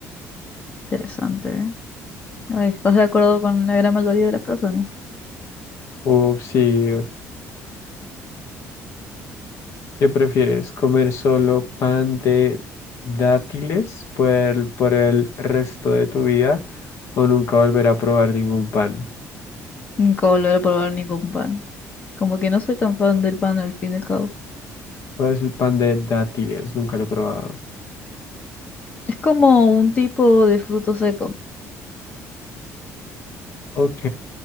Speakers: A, on the left; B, on the left.
A: Interesante, ¿eh? Ay, ¿Estás de acuerdo con la gran mayoría de las personas?
B: Uf, sí. ¿Qué prefieres? ¿Comer solo pan de dátiles por el, por el resto de tu vida o nunca volver a probar ningún pan?
A: Nunca volveré a probar ningún pan. Como que no soy tan fan del pan al fin y al cabo.
B: ¿Cuál es el pan de dátiles? Nunca lo he probado.
A: Es como un tipo de fruto seco.
B: Ok,